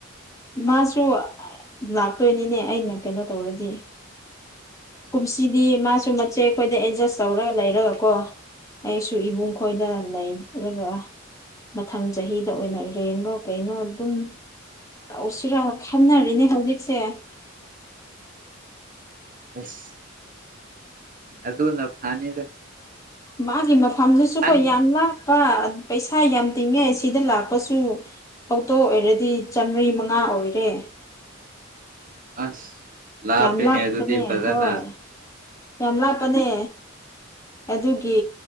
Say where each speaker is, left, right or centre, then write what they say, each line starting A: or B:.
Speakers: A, on the left; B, on the right.
A: ꯏꯃꯥꯁꯨ ꯂꯥꯛꯇꯣꯏꯅꯤꯅꯦ ꯑꯩꯅ ꯀꯩꯅꯣ ꯇꯧꯔꯗꯤ ꯀꯨꯝꯁꯤꯗꯤ ꯃꯥꯁꯨ ꯃꯆꯦꯈꯣꯏꯗ ꯑꯦꯗꯖꯁ ꯇꯧꯔꯒ ꯂꯩꯔꯒ ꯀꯣ ꯑꯩꯁꯨ ꯏꯕꯨꯡ ꯈꯣꯏꯗ ꯂꯩ ꯔꯒ ꯃꯊꯪ ꯆꯍꯤꯗ ꯑꯣꯏꯅ ꯔꯦꯟꯔꯣ ꯀꯩꯅꯣ ꯑꯗꯨꯝ ꯇꯧꯁꯤꯔꯥ ꯈꯟꯅꯔꯤꯅꯦ ꯍꯧꯖꯤꯛꯁꯦ
B: ꯑꯁ ꯑꯗꯨꯅ ꯐꯅꯤꯗ
A: ꯃꯥꯒꯤ ꯃꯐꯝꯗꯨꯁꯨ
B: ꯑꯟ
A: ꯀꯣ ꯌꯥꯝ ꯂꯥꯞ ꯄ ꯄꯩꯁꯥ ꯌꯥꯝ ꯇꯤꯡꯉꯦ ꯁꯤꯗ ꯂꯥꯛꯄꯁꯨ ꯑꯣꯛꯇꯣ ꯑꯣꯏꯔꯗꯤ ꯆꯥꯝꯃꯔꯤ ꯃꯉꯥ ꯑꯣꯏꯔꯦ
B: ꯑꯁ ꯂꯥꯄꯦꯅꯦ
A: ꯌꯥꯝ ꯂꯥꯞꯄꯅꯦ
B: ꯑꯗꯨꯗꯤ ꯐꯖꯅ
A: ꯍꯣꯏ ꯌꯥꯝ ꯂꯥꯞꯄꯅꯦ ꯑꯗꯨꯒꯤ